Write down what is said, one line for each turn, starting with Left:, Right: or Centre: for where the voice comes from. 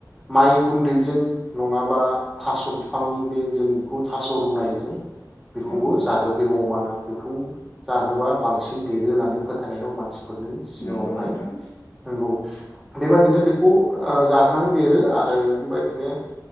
Centre: माइ गुन्दैजों नङाबा थास' बिफांनि बे जों बेखौ थास' रुनायजों। बेखौबो
Left: औ
Centre: जाहो। औअमानो बेखौ जाहोबा बांसिन देरो होननानै फोथायनाय दं मानसि। फोरनो सिगाङावहाय
Left: नंगौ नोंथां
Centre: नंगौ बेबादिनो
Left: औ
Centre: बेखौ ओ जाहोनानै देरो आरो बेबायदिनो